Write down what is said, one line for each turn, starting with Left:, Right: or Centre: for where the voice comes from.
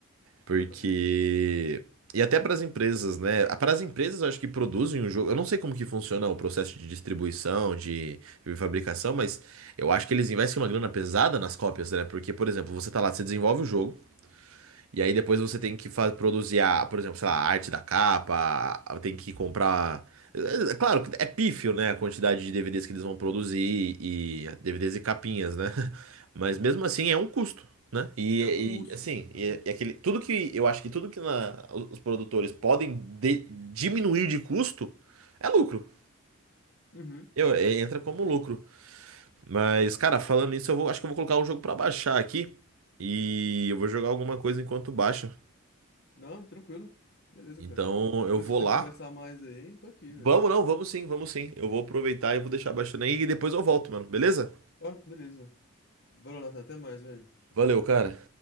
Right: Porque.
Left: exatamente.
Right: E até para as empresas, né? Para as empresas, eu acho que produzem o jogo. Eu não sei como que funciona o processo de distribuição, de, de fabricação, mas eu acho que eles investem uma grana pesada nas cópias, né? Porque, por exemplo, você tá lá, você desenvolve o jogo. E aí depois você tem que fa- produzir a, por exemplo, sei lá, a arte da capa, a- tem que comprar. É, é, Claro, que é pífio, né? A quantidade de DVDs que eles vão produzir e DVDs e capinhas, né? <laughs> Mas
Left: Uhum.
Right: mesmo assim é um custo, né? E,
Left: É um custo,
Right: e, assim,
Left: exatamente.
Right: e- e aquele, tudo que eu acho que tudo que na- os os produtores podem de- diminuir de custo é lucro.
Left: Uhum.
Right: Eu, é- entra como lucro. Mas, cara, falando nisso, eu vou, acho que eu vou colocar o jogo pra baixar aqui e eu vou jogar alguma coisa enquanto baixa.
Left: Não, tranquilo. Beleza,
Right: Então
Left: cara. Depois
Right: eu vou
Left: se quiser
Right: lá.
Left: conversar mais aí, tô aqui,
Right: Vamos
Left: velho.
Right: não, vamos sim, vamos sim. Eu vou aproveitar e vou deixar baixando aí e depois eu volto, mano. Beleza?
Left: Tá, beleza. Valeu, Nathan. Até mais, velho.
Right: Valeu, cara.